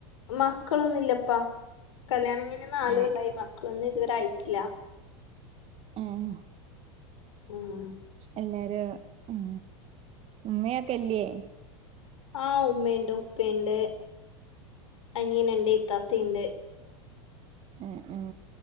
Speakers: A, on the left; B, on the right.
A: മക്കളൊന്നുംല്ലപ്പാ കല്യാണം കഴിഞ്ഞു നാലുകൊല്ലമായി
B: ഏ
A: മക്കളൊന്നും ഇതുവരെയിട്ടില്ല
B: ആഹ
A: ഉം
B: എല്ലാരും ഉ ഉമ്മയൊക്കെല്ലേ
A: ആഹ ഉമ്മയുണ്ട് ഉപ്പണ്ട് അനിയൻ ഉണ്ട് ഇത്താത്തിണ്ട്
B: ഉം ഉം